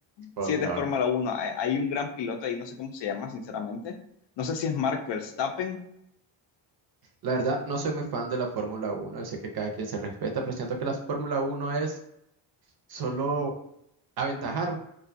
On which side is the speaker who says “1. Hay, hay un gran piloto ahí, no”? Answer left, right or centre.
Left